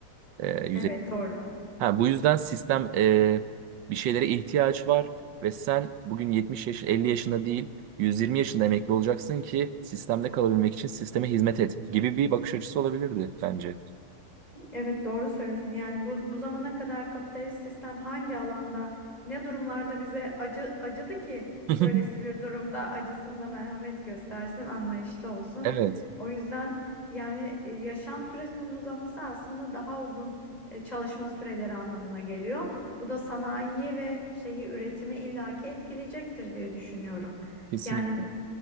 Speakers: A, on the right (about 65°); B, on the left (about 15°).
A: E,
B: Evet doğru.
A: Ha, bu yüzden sistem e, bir şeylere ihtiyaç var ve sen bugün 70 yaş, 50 yaşında değil 120 yaşında emekli olacaksın ki sistemde kalabilmek için sisteme hizmet et gibi bir bakış açısı olabilirdi bence.
B: Evet doğru söylüyorsun. Yani bu bu zamana kadar kapitalist sistem hangi alanda, ne durumlarda bize acı acıdı ki
A: <laughs>
B: böylesi bir durumda acısın da merhamet göstersin, anlayışlı olsun.
A: Evet,
B: O yüzden yani e, yaşam süresinin uzaması aslında daha uzun e, çalışma süreleri anlamına geliyor. Bu da sanayiyi ve şeyi üretimi illaki etkileyecektir diye düşünüyorum.
A: kesinlikle.
B: Yani